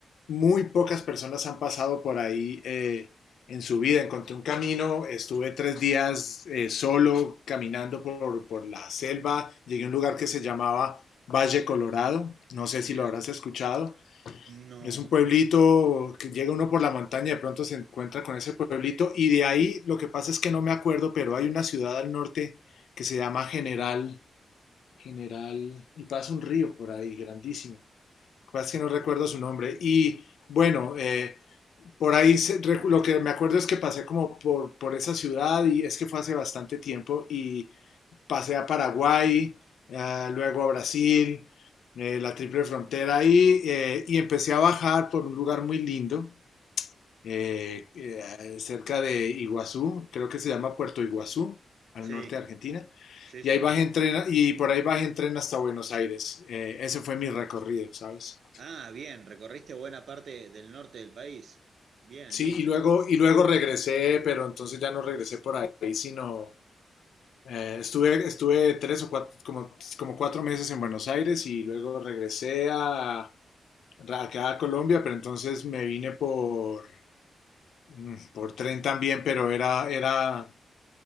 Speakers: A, on the left (about 85°); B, on the right (about 75°).
A: muy pocas personas han pasado por ahí eh, en su vida. Encontré un camino, estuve tres días eh, solo caminando por, por la selva, llegué a un lugar que se llamaba Valle Colorado, no sé
B: Mirá.
A: si lo habrás escuchado.
B: No.
A: Es un pueblito que llega uno por la montaña de pronto se encuentra con ese pueblito y de ahí lo que pasa es que no me acuerdo, pero hay una ciudad al norte que se llama General, General, y pasa un río por ahí grandísimo. Lo que pasa es que no recuerdo su nombre. Y bueno, eh, por ahí se- recu- lo que me acuerdo es que pasé como por, por esa ciudad y es que fue hace bastante tiempo y pasé a Paraguay, eh, luego a Brasil, eh, la triple frontera y, eh, y empecé a bajar por un lugar muy lindo, eh, eh, cerca de Iguazú, creo que se llama Puerto Iguazú, al
B: Sí,
A: norte de Argentina.
B: sí,
A: Y
B: sí.
A: ahí bajé en tren, y por ahí bajé en tren hasta Buenos Aires. Eh, ese fue mi recorrido, ¿sabes?
B: Ah, bien, recorriste buena parte del norte del país. Bien,
A: Sí,
B: lindo.
A: y luego, y luego regresé, pero entonces ya no regresé por ahí, sino Eh, estuve, estuve tres o cuatro, como, como cuatro meses en Buenos Aires y luego regresé a, acá a Colombia, pero entonces me vine por, mm, por tren también, pero era, era